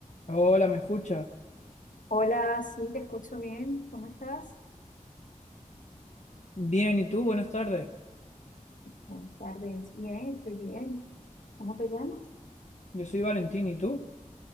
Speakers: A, on the left; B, on the left.
A: Hola, ¿me escucha?
B: Hola, sí, te escucho bien. ¿Cómo estás?
A: Bien, ¿y tú? Buenas tardes.
B: Buenas tardes. Bien, estoy bien. ¿Cómo te llamas?
A: Yo soy Valentín, ¿y tú?